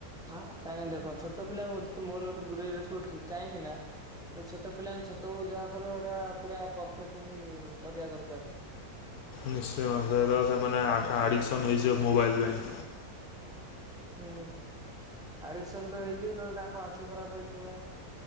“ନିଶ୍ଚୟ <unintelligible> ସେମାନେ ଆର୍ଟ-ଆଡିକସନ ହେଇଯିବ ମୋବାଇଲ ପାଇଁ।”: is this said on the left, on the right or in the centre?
Left